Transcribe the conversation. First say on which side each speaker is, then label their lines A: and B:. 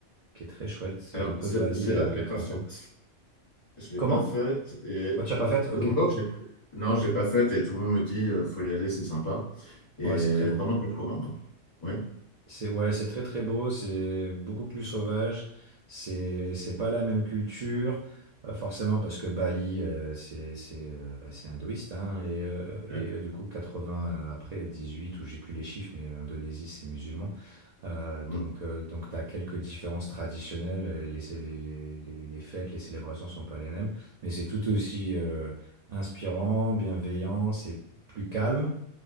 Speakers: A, on the right; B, on the left.
A: qui est très chouette, c'est
B: Alors
A: un peu
B: c'est
A: Bali
B: c'est
A: euh,
B: là que je
A: il
B: l'ai
A: y a
B: pas
A: 30
B: faite.
A: ans.
B: Je l'ai
A: Comment?
B: pas faite et
A: Oh, tu
B: euh,
A: l'as pas faite? Ok.
B: Lombok, j'ai- non, je l'ai pas faite et tout le monde me dit euh, faut y aller, c'est sympa et
A: Ouais, c'est très beau.
B: vraiment je le recommande. Oui,
A: C'est ouais, c'est très très beau, c'est beaucoup plus sauvage, c'est c'est pas la même culture, euh, forcément parce que Bali euh, c'est c'est euh, bah, c'est hindouiste hein, et, euh,
B: ouais,
A: et euh, du coup 80 euh, après 18 ou j'ai plus les chiffres mais l'Indonésie c'est musulman Euh, donc
B: mm,
A: euh, donc t'as quelques différences traditionnelles euh, les, cé- les, les, les fêtes les célébrations sont pas les mêmes mais c'est tout aussi euh, inspirant bienveillant c'est plus calme